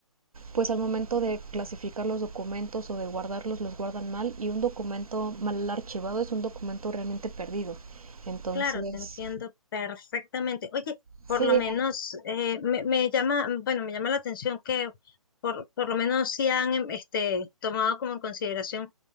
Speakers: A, on the right; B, on the left.
A: pues al momento de clasificar los documentos o de guardarlos los guardan mal y un documento mal archivado es un documento realmente perdido. Entonces,
B: Claro, te entiendo perfectamente. Oye,
A: sí,
B: por lo
A: dime.
B: menos eh, me, me llama, bueno, me llama la atención que por, por lo menos sí han em, este, tomado como en consideración